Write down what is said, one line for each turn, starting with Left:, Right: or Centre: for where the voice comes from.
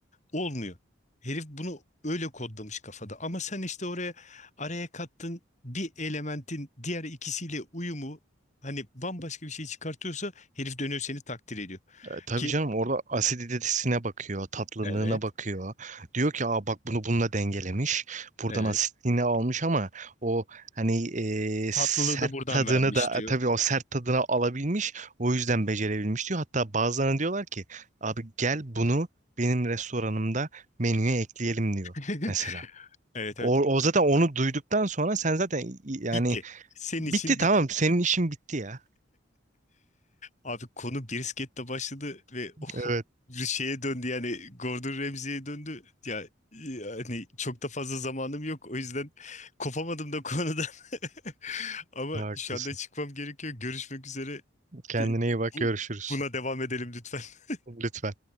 Left: Olmuyor. Herif bunu öyle kodlamış kafada. Ama sen işte oraya araya kattın bir elementin diğer ikisiyle uyumu hani bambaşka bir şey çıkartıyorsa herif dönüyor seni takdir ediyor.
Right: E, tabii
Left: Ki
Right: canım orada asiditesine bakıyor, tatlılığına
Left: evet,
Right: bakıyor. Diyor ki aa bak bunu bununla dengelemiş. Buradan
Left: evet.
Right: asitliğini almış ama o hani e,
Left: Tatlılığı
Right: sert
Left: da buradan
Right: tadını
Left: vermiş
Right: da
Left: diyor.
Right: e, tabii o sert tadını alabilmiş. O yüzden becerebilmiş diyor. Hatta bazılarına diyorlar ki abi gel bunu benim restoranımda menüye ekleyelim diyor
Left: <laughs>
Right: mesela.
Left: Evet evet.
Right: O, o zaten onu duyduktan sonra sen zaten yani
Left: Bitti. Senin
Right: bitti
Left: için bitti.
Right: tamam senin işin bitti ya.
Left: Abi konu brisketle başladı ve ho-
Right: Evet,
Left: bir şeye döndü yani Gordon Ramsay'e döndü. Ya yani çok da fazla zamanım yok o yüzden kopamadım da konudan. <laughs> Ama
Right: haklısın.
Left: şu anda çıkmam gerekiyor. Görüşmek üzere.
Right: Kendine
Left: De-
Right: iyi bak
Left: bu-
Right: görüşürüz.
Left: Buna devam edelim lütfen.
Right: Lütfen.